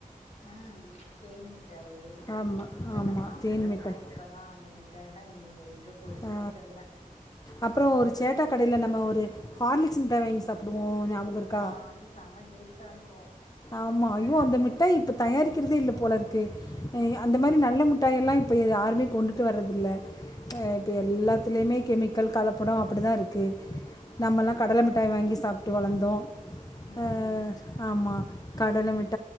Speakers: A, on the left (about 55°); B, on the left (about 25°).
A: உம் தேன் மிட்டாயி
B: ஆமாம்
A: இதெல்லா
B: ஆமாம்
A: சாப்ட்டதெல்லா
B: தேன் மிட்டாய்
A: இப்பல்லா அந்த மிட்டாயி லா இனி எங்க போச்சுன்னே
B: ஆ
A: தெர்ல
B: அப்பறோ ஒரு சேட்டா
A: ஆனா
B: கடைல நம்ம ஒரு ஹார்லெக்ஸ் முட்டாய் வாங்கி சாப்பிடுவோம் ஞாபகம் இருக்கா
A: ஆஹ் அது செம டே ஸ்டாருக்கு
B: ஆமா ஐயோ அந்த மிட்டாய் இப்ப தயாரிக்கிறதே இல்ல போல இருக்கு எ அந்த
A: ஆமா
B: மாரி நல்ல முட்டாயெல்லா இப் ப இத யாருமே கொண்டுட்டு வரதில்ல
A: ஆ
B: எ இப்ப எல்லாத்துலயுமே கெமி க்கள் கலப்படோ அப்பிடி தா இருக்கு நம்மல்லா
A: ஆமா
B: கடல மிட்டாய் வாங்கி சாப் ட்டு வளந்தோ
A: ம்
B: அஹ் ஆமா கடல மிட்